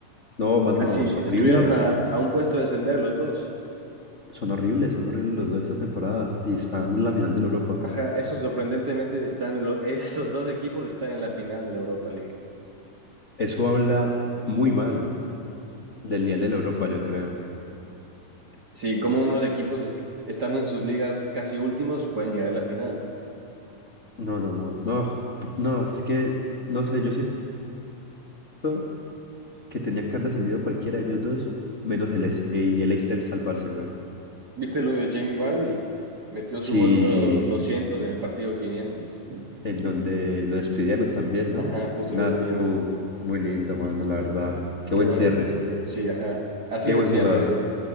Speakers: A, on the left; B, on the right.
A: No, mano,
B: Casi
A: es
B: estuvieron
A: horrible.
B: a, a un puesto de descender los dos.
A: Son horribles, son horribles los dos esta temporada y están en la final de la Europa.
B: Ajá, eso sorprendentemente están lo- <laughs> esos dos equipos están en la final de la Europa League.
A: Eso habla muy mal del nivel de la Europa, yo creo.
B: Sí, como unos equipos es- estando en sus ligas casi últimos pueden llegar a la final.
A: No, no, no, no, p- no, es que, no sé, yo siento que tenía que haber descendido cualquiera de ellos dos, menos el, Leis- eh, y el Leicester salvarse, güey.
B: ¿Viste lo de Jamie Vardy? Metió
A: Sí,
B: su gol número 200 en el partido quinientos
A: en donde lo despidieron también, ¿no?
B: Ajá, justo
A: Una-
B: lo despidieron.
A: uh, muy lindo, mano, la verdad. Qué
B: Qué
A: buen
B: bonita
A: cierre,
B: despedida. Sí, ajá. Así
A: qué
B: se
A: buen
B: cierra
A: jugador.
B: bien.